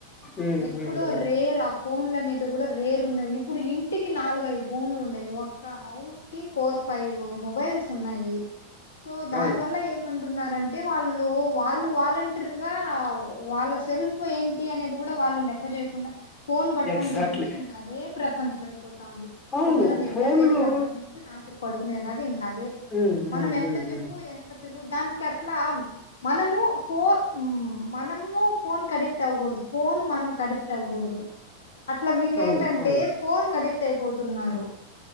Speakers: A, on the left; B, on the left.
A: ఉమ్
B: ఎక్కడో
A: ఉమ్ ఉమ్
B: రేర్ ఆ ఫోన్లు అన్నిటి కూడా రె రేరున్నవి ఇప్పుడు ఇంటికి నాలుగు ఐదు ఫోన్లు ఉన్నాయి ఒక్క హౌస్ కి ఫోర్ ఫైవ్ మొబైల్స్ ఉన్నాయి సో దాని
A: అవును
B: వల్ల ఏమంటున్నారు అన్ అంటే వాళ్ళు వాళ్ళు వాలంటీర్ గా వాళ్ళ సెల్ఫ్ ఏంటి అనే కూడా వాళ్ళు లెక్క చేయకుండా ఫోన్ పట్టుకొని
A: ఎగ్జాక్ట్లీ
B: కూర్చుంటే ఇంకా అదే ప్రపంచం అయిపోతాంది
A: అవును
B: పొద్దున నిద్ద్ర
A: ఫోన్
B: లేచినప్పటి
A: లో
B: నుంచి రాత్రి పడుకునేదాకా ఇంకా అదే
A: ఉమ్
B: మనం
A: ఉమ్
B: ఎంత
A: ఉమ్
B: చెప్పు
A: ఉమ్
B: ఎంత పిలువు దానికట్లా మనము ఫోన్ మనము ఫోన్ అడిక్ట్ అవకూడదు ఫన్ మనమకు అడిక్ట్ ఆవకూడదు అట్లా వీళ్ళ
A: అవును
B: ఏంటంటే
A: అవును
B: ఫోన్ కి అడిక్ట్ అయిపోతున్నారు